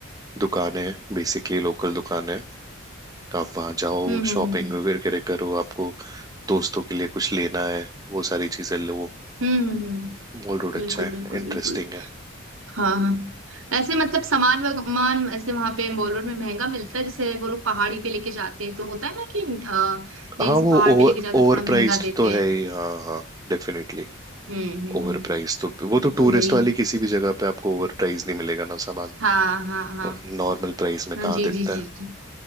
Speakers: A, on the right (about 15°); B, on the right (about 70°).
A: दुकानें बेसिकली लोकल दुकान है तो आप वहाँ जाओ
B: हम्म हम्म
A: शॉपिंग वगैरह करो आपको दोस्तों के लिए कुछ लेना है वो सारी चीजें लो
B: हम्म हम्म हम्म, हम्म,
A: मॉल रोड अच्छा
B: बिल्कुल
A: है
B: बिल्कुल
A: इंटरेस्टिंग
B: बिल्कुल
A: है
B: हाँ हाँ ऐसे मतलब सामान वामान ऐसे वहां पे मॉल रोड में महंगा मिलता है जैसे वो लोग पहाड़ी पे लेके जाते हैं तो होता है ना कि अ, लेन
A: हाँ
B: से
A: वो
B: पहाड़
A: ओवर
B: पे लेके जाते
A: ओवर
B: हैं थोड़ा महंगा
A: प्राइस्ड
B: देते
A: तो है
B: हैं
A: ही हाँ हाँ डेफिनेटली
B: हम्म हम्म
A: ओवर
B: हम्म
A: प्राइस तो वो तो
B: ये तो
A: टूरिस्ट
B: है ही
A: वाली किसी भी जगह पे आपको ओवर प्राइस नहीं मिलेगा ना सामान
B: हाँ हाँ हाँ
A: और नॉर्मल प्राइस में कहाँ
B: हाँ जी
A: देता
B: जी जी
A: है
B: जी